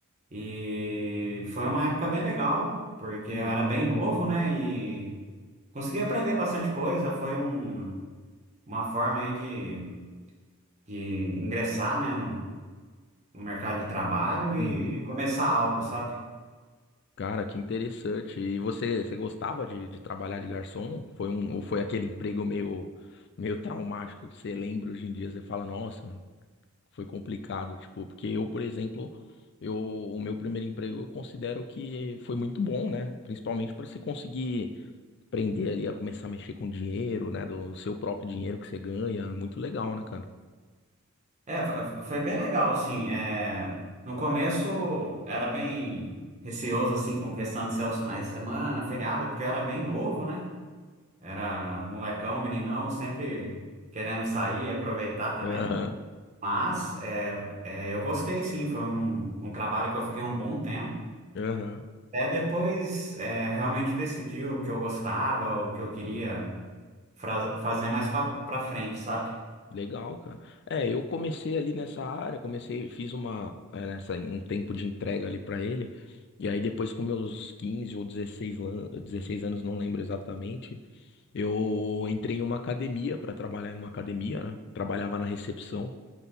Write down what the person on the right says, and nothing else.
E foi uma época bem legal, porque
eu era bem novo, né? E consegui aprender bastante coisa. Foi um, uma forma aí de, de ingressar, né, no, no mercado de trabalho e
começar algo, sabe?
É, fo- foi bem legal, assim. é, no começo era bem receoso, assim, com questão de ser os finais de semana, feriado, porque eu era bem novo, né? Era molecão, meninão, sempre querendo sair e aproveitar também.
Mas é, é, eu gostei, sim. Foi um, um trabalho que eu fiquei um bom tempo.
Até depois é, realmente decidi o que eu gostava, o que eu queria fra- fazer mais pra, pra frente, sabe?